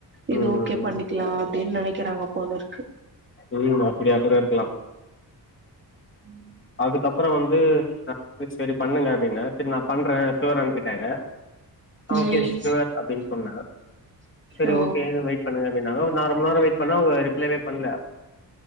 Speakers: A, on the right; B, on the left.
A: இது
B: ம் ம்
A: ஓகே பண்ணி க்லா அப்டினு நனைக்கிறாங்க போலரு
B: ம் அப்படியா கூட இருக்கலா
A: ம்
B: அதுக்கப்புறோ வந்து நா வந்து சேரி பண்ணுங்க அப்டின்ன சேரி நா பண்ற ஷுவர் அனுப்பிடாங்க ஓகே
A: ம்
B: ஷுவர் அப்டின் சொன்ன சேரி
A: ஓ
B: ஓகே வெயிட் பண்ணுங்க அப்டின்னாங்க ஒரு நா ரொம்ப நேரோ வெயிட் பண்ண அவுங்க ரிப்ளேவே பண்ல